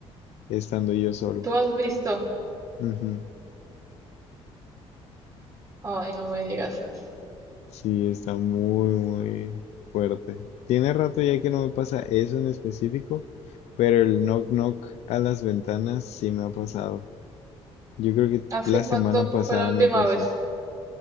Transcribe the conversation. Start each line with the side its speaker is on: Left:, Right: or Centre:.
Left: estando yo solo.
Right: ¿Tú has visto?
Left: Ujú.
Right: Ay, no me digas eso.
Left: Sí, está muy, muy fuerte. Tiene rato ya que no me pasa eso en específico, pero el knock knock a las ventanas sí me ha pasado. Yo creo que
Right: ¿Hace
Left: la
Right: cuánto
Left: semana pasada
Right: fue la última
Left: me pasó.
Right: vez?